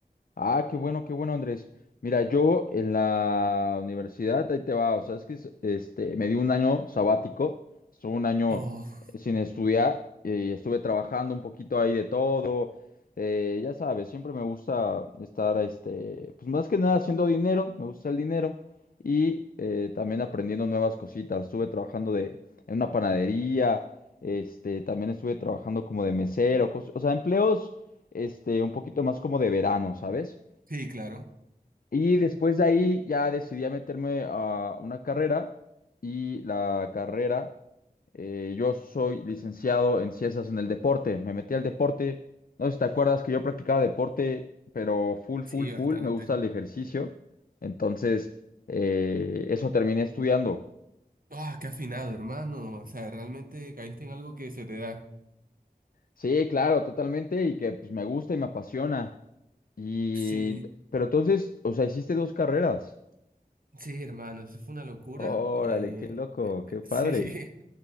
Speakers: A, on the left (about 65°); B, on the right (about 65°).
A: ah, qué bueno, qué bueno, Andrés. Mira, yo en la universidad, ahí te va, o sea, es que es- este, me di un año sabático, estuve un año
B: Oh,
A: eh, sin estudiar y estuve trabajando un poquito ahí de todo. Eh, ya sabes, siempre me gusta estar, este, pues más que nada haciendo dinero, me gusta el dinero y eh, también aprendiendo nuevas cositas. Estuve trabajando de, en una panadería, este, también estuve trabajando como de mesero, cos- o sea, empleos este, un poquito más como de verano, ¿sabes?
B: sí, claro.
A: Y después de ahí ya decidí a meterme a una carrera y la carrera, eh, yo soy licenciado en ciencias en el deporte, me metí al deporte, no sé si te acuerdas que yo practicaba deporte, pero full, full,
B: Sí,
A: full,
B: bastante.
A: me gusta el ejercicio, entonces eh, eso terminé estudiando.
B: Ah, qué afinado, hermano. O sea, realmente caíste en algo que se te da.
A: Sí, claro, totalmente, y que pues me gusta y me apasiona. Y,
B: Sí.
A: pero entonces, o sea, hiciste dos carreras.
B: Sí, hermano, eso fue una locura.
A: Órale,
B: eh,
A: qué loco,
B: eh,
A: qué
B: eh,
A: padre.
B: <laughs> sí,